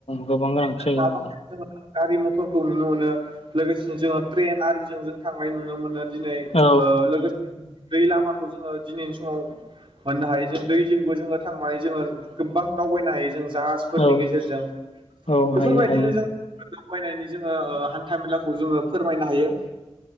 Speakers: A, on the left; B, on the right.
A: गोबां गोनांथि
B: जानानै
A: जायो।
B: गारि मथरखौ नुनो मोनो लोगोसेनो जोङो ट्रेन आरिजों जों थांनाय नुनो मोनो। दिनै
A: औ
B: ओ लोगोसे दै लामाखौ जोङो दिनैनि समाव मोननो हायो जों दैजोंबो जोङो थांनानै जोङो गोबां दावबायनो हायो जों जाहाजफोरनि
A: औ
B: गेजेरजों
A: औ
B: बेफोरबायदिनो
A: हायो हायो
B: जों दावबायनायनि जोङो हान्था मेलाखौ जोङो फोरमायनो हायो